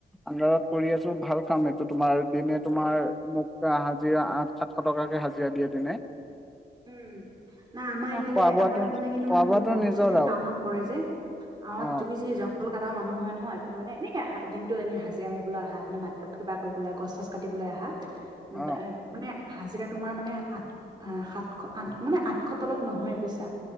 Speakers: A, in the centre; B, on the right (about 25°).
A: আণ্ডাৰত কৰি আছো। ভাল কাম এইটো তোমাৰ দিনে তোমাৰ মোক হাজিৰা আঠ সাতশ টকাকে হাজিৰা দিয়ে দিনে।
B: <inaudible> উম। নাই আমাৰ
A: আহ,
B: এইফালে,
A: খোৱা বোৱাটো
B: আমাৰ এইফালে কিন্তু
A: খোৱা
B: মানে
A: বোৱাটো
B: বহুত দাম
A: নিজৰ
B: বুইচনে!
A: আৰু
B: টাউনত পৰে যে। <unintelligible>
A: অ',
B: কলকাতাৰ মানুহ হয় নহয়, তুমি মানে এনেকে দিনটো এনেই হাজিৰা মাৰিবলৈ আহা এফালে মাত কিবা কৰিবলে, গছ-ছচ কাট কাটিবলে আহা,
A: অ'।
B: বা মানে হাজিৰা তোমাৰ মানে আঠ সাত আঠ মানে আঠশ তলত নহয় বুইছা।